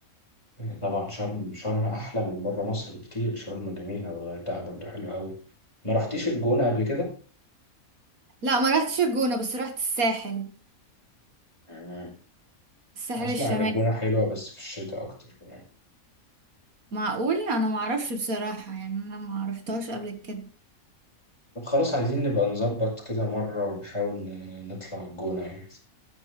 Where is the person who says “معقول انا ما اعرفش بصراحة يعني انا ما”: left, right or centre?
Right